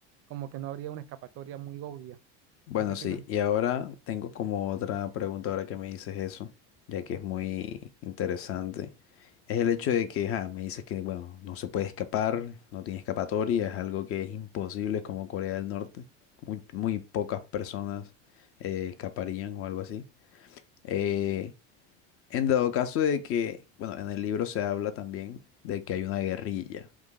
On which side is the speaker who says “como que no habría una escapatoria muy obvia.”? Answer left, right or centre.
Right